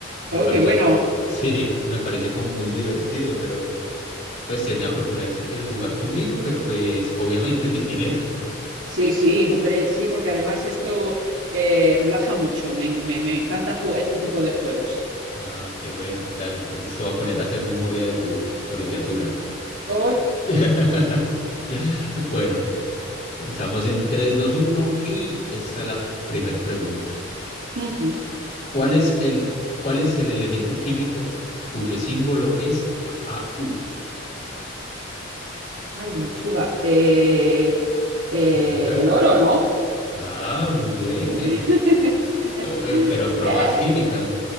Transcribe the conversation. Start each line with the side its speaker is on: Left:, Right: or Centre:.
Left: Me
Right: Oh,
Left: pareció,
Right: qué bueno.
Left: <laughs> sí, me pareció como muy divertido, pero pues te venía a proponer si quieres jugar conmigo, pero pues obviamente <laughs> sin dinero.
Right: Sí, sí, hombre, sí, porque además esto eh, relaja mucho. Me, me- me encanta jugar este tipo de juegos.
Left: Ah, qué bueno, dale, entonces te voy a poner a hacer memoria de tu colegiatura.
Right: Hoy,
Left: <laughs> Bueno, Estamos en tres dos uno y esta es la primera pregunta.
Right: ujú.
Left: ¿Cuál es el, cuál es el elemento químico cuyo símbolo es AU?
Right: Ay, lechuga. Eh, eh,
Left: <laughs>
Right: el oro, ¿no?
Left: Ah, muy bien.
Right: <laughs>
Left: Eh, Pero aprobas
Right: Bien.
Left: química.